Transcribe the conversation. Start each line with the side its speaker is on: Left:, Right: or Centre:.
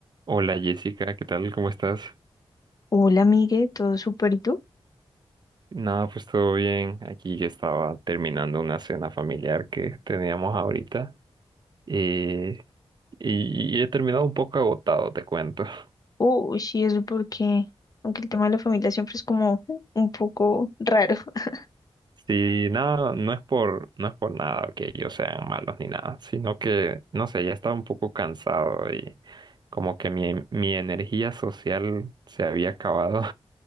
Right: Hola Jessica, ¿qué tal? ¿Cómo estás?
Left: Hola, amigue, todo súper, ¿y tú?
Right: Nada, pues todo bien. Aquí ya estaba terminando una cena familiar que teníamos ahorita. eh, y, y he terminado un poco agotado, te cuento. <laughs>
Left: Uy, sí, eso porque, aunque el tema de la familia siempre es como un poco raro. <laughs>
Right: Sí, nada, no es por, no es por nada que ellos sean malos ni nada, sino que, no sé, ya estaba un poco cansado y como que mi, mi energía social se había acabado.